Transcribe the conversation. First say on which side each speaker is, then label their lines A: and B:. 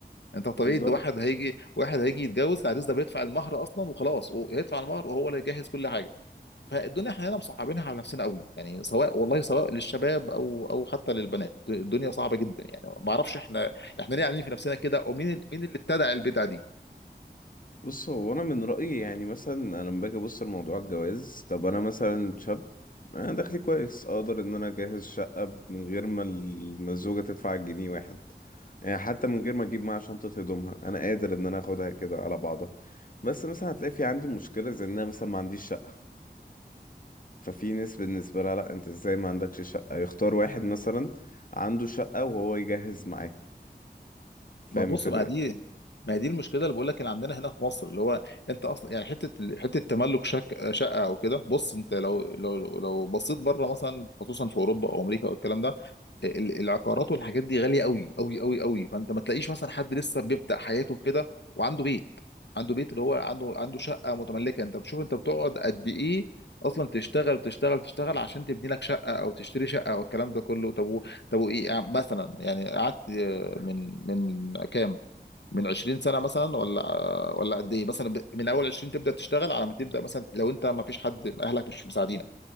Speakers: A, on the left (about 80°); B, on the left (about 50°).
A: انت طبيعي
B: بالظبط
A: ان واحد هيجي واحد هيجي يتجوز العريس ده بيدفع المهر اصلا وخلاص وهيدفع المهر وهو اللي يجهز كل حاجه فالدنيا احنا هنا مصعبينها على نفسنا قوي يعني سواء والله سواء للشباب او او حتى للبنات الدنيا صعبه جدا يعني ما اعرفش احنا احنا ليه عاملين في نفسنا كده ومين مين اللي ابتدع البدع دي
B: بص هو انا من رأيي يعني مثلا انا لما باجي ابص لموضوع الجواز طب انا مثلا شاب انا دخلي كويس اقدر ان انا اجهز شقة من غير ما ال- ما الزوجة تدفع جنيه واحد يعني حتى من غير ما اجيب معاها شنطة هدومها انا قادر ان انا اخدها كده على بعضها بس مثلا هتلاقي في عندي مشكلة زي ان انا مثلا ما عنديش شقة ففي ناس بالنسبة لها لأ أنت إزاي ما عندكش شقة يختار واحد مثلا عنده شقة وهو يجهز معاه فاهم
A: ما بص
B: الفكرة؟
A: ما دي ما دي المشكله اللي بقول لك اللي عندنا هنا في مصر اللي هو انت اصلا يعني حته حته تملك شك شقه او كده بص انت لو لو لو بصيت بره مثلا خصوصا في اوروبا او امريكا او الكلام ده ال- العقارات والحاجات دي غاليه قوي قوي قوي قوي فانت ما تلاقيش مثلا حد لسه بيبدا حياته كده وعنده بيت عنده بيت اللي هو عنده عنده شقه متملكه انت بتشوف انت بتقعد قد ايه اصلا تشتغل تشتغل تشتغل عشان تبني لك شقه او تشتري شقه او الكلام ده كله طب و- طب وايه يعني مثلا يعني قعدت آه، من من كام من 20 سنة مثلا ولا ولا قد ايه مثلا ب- من اول 20 تبدأ تشتغل على ما تبدأ مثلا لو انت ما فيش حد اهلك مش مساعدينك